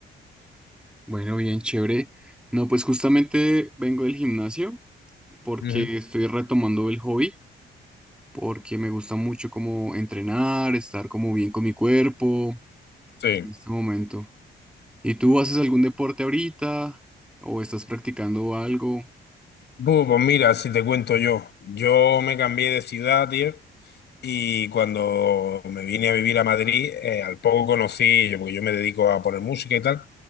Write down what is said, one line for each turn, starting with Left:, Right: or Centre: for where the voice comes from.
Centre: Bueno, bien, chévere. No, pues justamente vengo del gimnasio porque
Left: Ujú.
Centre: estoy retomando el hobby, porque me gusta mucho como entrenar, estar como bien con mi cuerpo
Left: Sí.
Centre: en este momento. ¿Y tú haces algún deporte ahorita o estás practicando algo?
Left: Bu, pues mira, si te cuento yo, yo me cambié de ciudad, tío, y cuando me vine a vivir a Madrid, eh, al poco conocí, yo, porque yo me dedico a poner música y tal,